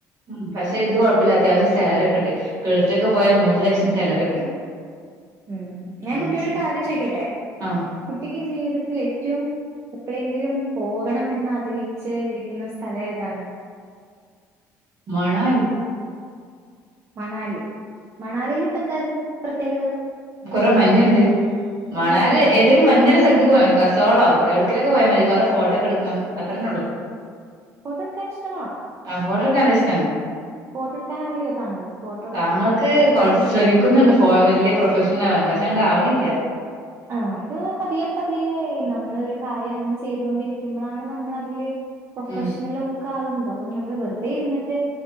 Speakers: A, on the right; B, on the right.
A: ഉം പക്ഷെ ഇത് കൊഴപ്പല്ലാത്തെയാ അത്യാവശ്യം സാലറി ഒക്കെ ഉണ്ട് ഗൾഫിലൊക്കെ പോയ
B: ആഹ്
A: മൂന്ന് ലക്ഷം സാലറി ഉണ്ട്
B: ഉം ഞാൻ
A: ഉം
B: കുട്ടിയോട് ഒരു കാര്യം ചോയിക്കട്ടെ
A: ആഹ്
B: കുട്ടിക്ക് ജീവിത ത്തിൽ ഏറ്റവും എപ്പളെങ്കിലും പോകണമെന്ന് ആഗ്രഹിച്ച ഇരിക്കുന്ന സ്ഥലം ഏതാണ്?
A: മണാലി
B: മണാലി, മണാലീല് ഇപ്പ എന്താ <unintelligible>
A: കുറെ മഞ്ണ്ട് മണാലി
B: ഓഹ്! മഞ്ഞ്
A: ഏതെങ്കിലും
B: കാണാൻ
A: മഞ്ഞുളള സ്ഥലത്തേക്ക് പോയ്ക്കോ സോളോ എവ്ട്കെങ്കിലൊക്കെ പോയാ മതി. ഫോട്ടക്കെ എടുക്കണം അത്രന്നെ ഒള്ളു
B: ഫോട്ടോ എടുക്കാൻ ഇഷ്ടമാണോ?
A: ഫോട്ടട്ക്കാൻ നല്ല ഇഷ്ടാണ്.
B: ഫോട്ടോ എടുക്കാൻ അറിയോ താങ്കൾക്ക്? ഫോട്ടോ എടുക്കാൻ
A: ഞങ്ങക്ക്
B: എന്തേലും
A: കോർച്ച് ശ്രമിക്കുന്നുണ്ട് <unintelligible> ഫഷണൽ ആവാൻ പക്ഷെ അങ്ങട്ട് ആവ്ണില്ല
B: ആ അത് പതിയെ പതിയെ നമ്മളൊരു കാര്യം നമ്മള് ചെയ്തൊണ്ടിരി ഇരിക്കുമ്പളാണ് നമ്മള് അതില് <unintelligible>
A: ഉം
B: അപ്പ നമ്മള് വെറുതെ ഇരുന്നിട്ട്